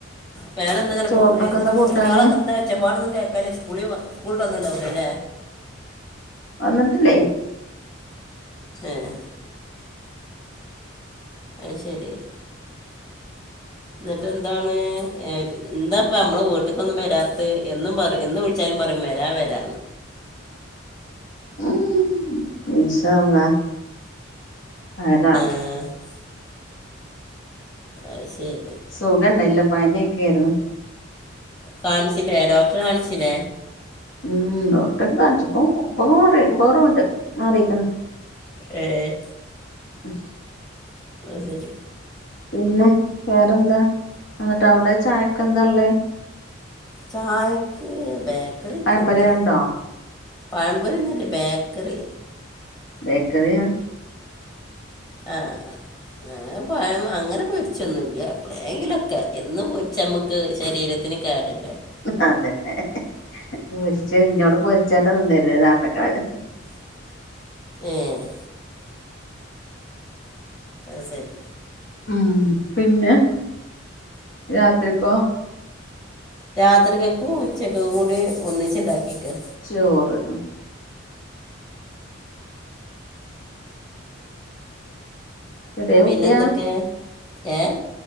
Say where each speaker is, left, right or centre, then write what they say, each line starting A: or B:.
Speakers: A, on the left (about 20°); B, on the left (about 65°).
A: വേറെന്താ ഇങ്ങനെ
B: ചോറിനൊക്കെ
A: പോണ്
B: എന്താ കൂട്ടാന്
A: കുട്ടികളൊക്കെ എന്താ ഒച്ചപ്പാടൊന്നും കേൾക്കാല്ല സ്കൂളിൽ സ്കൂളട്ട് വന്നട്ട്ണ്ടാകുലല്ലേ
B: വന്നിട്ടില്ലേ
A: ഏഹ്. അത് ശരി എന്നിട്ട് എന്താണ് എ ന്താപ്പം നമ്മള വീട്ട്ക്കോന്നും വരാത്തെ എന്നും പറിം എ വിളിച്ചാലും പറിം വേര വേരാ
B: മം ഇൻഷാല്ലാഹ് <unintelligible>
A: <inaudible> അയ്ശേരി
B: സുഖണ്ടായില്ല പനിയൊക്കെഏര്ന്ന്.
A: കാണ്ച്ചിലേ ഡോക്ടറേകാണ്ച്ചില്ലേ
B: മം ഡോക്ടറെക്ക് കാണിച് പ്പ പ്പകൊറവ്ണ്ട് മാറിയിക്ക്ണ്.
A: ഏഹ്
B: ഉ
A: അയ്സെരി
B: പിന്നെ വേറെന്താ എന്നിട്ട് അവിടെ ചായക്കെന്താള്ളേ
A: ചായക്ക് ബേക്കറി ഒക്കെണ്ട്
B: പഴംപൊരി ഉണ്ടോ
A: പഴമ്പൊരിന്ന്ല്ല ബേക്കറി
B: ബേകറിയാ
A: ആഹ് ഞങള് പയം അങ്ങനെ പൊരിച്ചൊന്നുല്ല എപ്പോളെങ്കിലൊക്കെ എന്ന് ചമക്ക് ശരീരത്തിന് കേടല്ലേ
B: അതെന്നെ പൊരിച്ച് ഇന്നോട് പൊരിച്ചന്നെ നിന്നര്ത് ന്നാപർഞ്ക്നത്
A: ഏഹ് അത്സെരി
B: മം പിന്നെ രാത്രിക്കോ
A: രാത്രികക്കും ഉച്ചകക്കും കൂടി ഒന്നിച് ഇണ്ടാക്കിയക്ക
B: ചോറ് ചെറിയ
A: പിന്നെന്തൊക്കെ
B: കുട്ടിയാ
A: ഏഹ്